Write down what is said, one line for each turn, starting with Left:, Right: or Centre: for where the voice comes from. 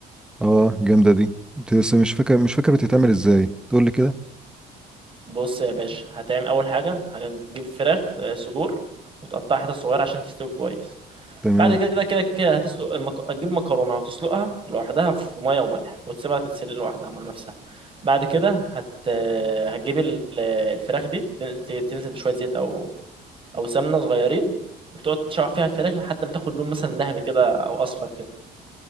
Centre: اه جامدة دي بس مش فاكر مش فاكر بتتعمل ازاي تقول لي كده
Right: بص يا باشا هتعمل أول حاجة هتجيب فراخ آه، صدور وتقطعها حتت صغيرة عشان تستوي كويس
Centre: تمام
Right: بعد كده كده كده هتسلق المك... هتجيب مكرونة وتسلقها لوحدها في مية وملح وتسيبها تتسلق لوحدها مع نفسها بعد كده هت... آه، هتجيب ال- الفراخ دي ت- ت- تنزل بشوية زيت أو او سمنه صغيرين وتقعد تشوح فيها الفراخ لحد ما تاخد لون مثلا ذهبي كده او اصفر كده